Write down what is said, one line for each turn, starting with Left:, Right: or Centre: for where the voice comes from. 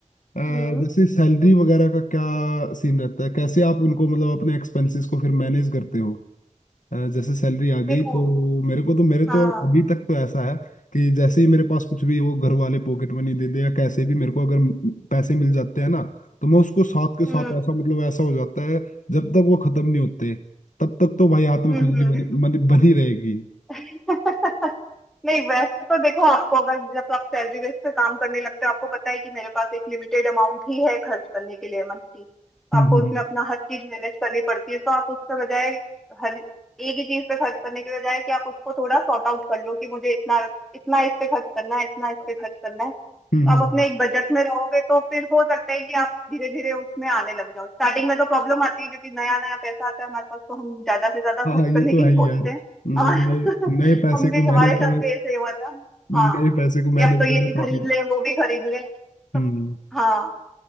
Left: अ,
Centre: हम्म
Left: जैसे सैलरी वगैरह का क्या सीन रहता है कैसे आप उनको मतलब अपने एक्सपेंसेस को फिर मैनेज करते हो अ, जैसे सैलरी आ
Centre: देखो
Left: गई तो मेरे को तो मेरे
Centre: हाँ
Left: तो अभी तक तो ऐसा है कि जैसे ही मेरे पास कुछ भी वो घर वाले पॉकेट मनी दे दे या कैसे भी मेरे को अगर म- पैसे मिल जाते हैं ना तो मैं उसको साथ के साथ
Centre: हम्म
Left: ऐसा मतलब ऐसा हो जाता है जब तक वो खत्म नहीं होते तब तक तो भाई हाथ में
Centre: हम्म
Left: खुजली बनी बनी बनी रहेगी
Centre: हम्म <laughs> नहीं वैसे तो देखो आपको अगर जब आप सैलरी बेस पे काम करने लगते हो आपको पता है कि मेरे पास एक लिमिटेड अमाउंट ही है खर्च करने के लिए मंथली तो
Left: हम्म
Centre: आपको
Left: हम्म
Centre: उसमें
Left: हम्म,
Centre: अपना हर चीज मैनेज करनी पड़ती है तो आप उसके बजाय हर एक ही चीज पे खर्च करने के बजाय कि आप उसको थोड़ा सॉर्ट आउट कर लो कि मुझे इतना इतना इस पे खर्च करना है इतना इस पे खर्च करना है
Left: हम्म,
Centre: तो
Left: हम्म।
Centre: आप अपने एक बजट में रहोगे तो फिर हो सकता है कि आप धीरे धीरे उसमें आने लग जाओ स्टार्टिंग में तो प्रॉब्लम आती है क्योंकि नया नया पैसा आता है हमारे पास तो हम ज्यादा से ज्यादा
Left: हाँ
Centre: खर्च
Left: ये
Centre: करने
Left: तो है
Centre: की सोचते
Left: ही यार मतलब
Centre: हैं और
Left: नए
Centre: <laughs>
Left: नए पैसे
Centre: हम भी
Left: को
Centre: हमारे
Left: मैनेज
Centre: साथ
Left: करना
Centre: भी ऐसे ही हुआ था
Left: नए
Centre: हाँ
Left: पैसे को
Centre: कि
Left: मैनेज
Centre: अब तो ये
Left: करना
Centre: भी
Left: काफी
Centre: खरीद लें वो भी खरीद लें तो
Left: हम्म
Centre: हाँ